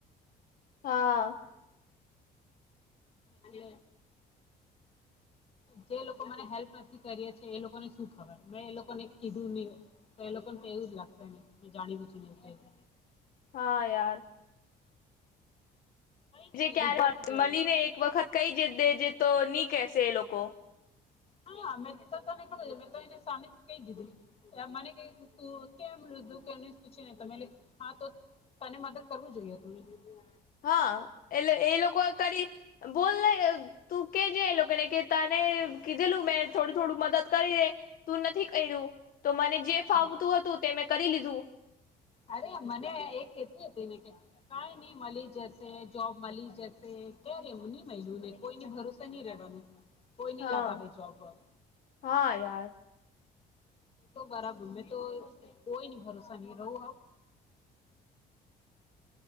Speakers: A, on the left; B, on the left.
A: હા
B: અને જે લોકો મને હેલ્પ નથી કરિયે છે એ લોકોને શું ખબર મેં એ લોકોને કીધું ની. એ લોકોને એવું જ લાગતુ હોયને મેં જાણી બુજીને એવુ કઇરુ.
A: હા યાર.
B: કઈ નહીં
A: જે
B: મેં
A: ક્યારે
B: રિઝલ્ટ જોઈ
A: મલીને
B: લેવાનું
A: એક વખત કઈ દેજે, તો ની કહેશે એ લોકો. <inaudible>
B: હા અમે તો તને કીધું મેં તો એને સામે કઈ દીધું મને કે તું કેમ લીધું કે પૂછે ને તો મેં બોલી હા, તો તને મદદ કરવું જોઈએ હતું ને.
A: હા, એટલે એ લોકોએ કરી બોલને તું કે જે એ લોકોને કે તને કીધેલું મેં થોડું-થોડું મદદ કરી દે તું નથી કર્યું તો મને જે ફાવતું
B: એ
A: હતું તેમેં કરી લીધું.
B: અરે મને એક કેતી હતી, ને કે કઈ નઈ મલી જશે જોબ મલી જશે ક્યારે હું ની મેઈલું ને કોઈની ભરોસે ની રહેવાનું. કોઈ નહી
A: હા
B: લગાવે જોબ બોબ.
A: હા યાર
B: એ તો બરાબર. મેં તો કોઈ ની ભરોસે નહી રહું હવ.
A: <inaudible>